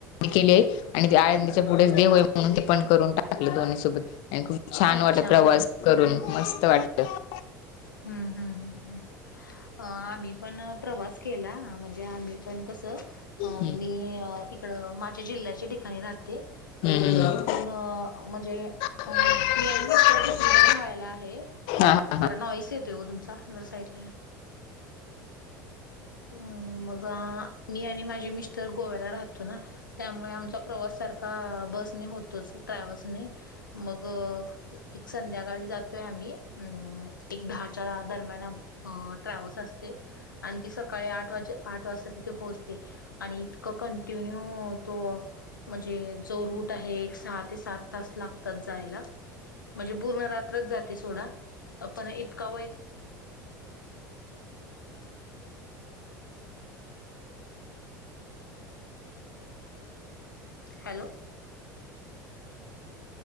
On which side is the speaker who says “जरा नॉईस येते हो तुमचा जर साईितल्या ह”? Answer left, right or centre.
Left